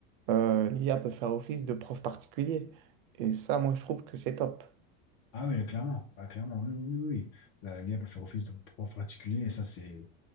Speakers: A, on the right (about 60°); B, on the left (about 45°).
A: euh, l'IA peut faire office de prof particulier. Et ça, moi, je trouve que c'est top.
B: Ah oui, clairement. Ah, clairement, oui, oui, oui. La- L'IA peut faire office de prof particulier et ça, c'est,